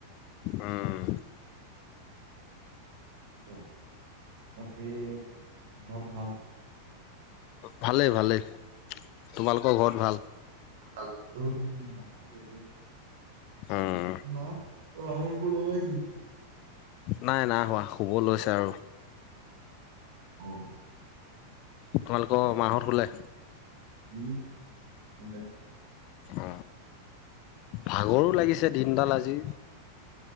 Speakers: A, on the left; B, on the right.
A: উম
B: অ বাকী ঘৰত ভাল
A: ভালেই ভালেই তোমালোকৰ ঘৰত ভাল
B: <unintelligible> উম <unintelligible>
A: উম
B: বা <unintelligible> হ ত ৰাাহ ফুল আহ
A: নাই নাই হোৱা শুব লৈছে আৰু
B: অহ
A: তোমালোক মা হঁত শুলে?
B: উম শুলে
A: অ ভাগৰো লাগিছে দিনডাল আজি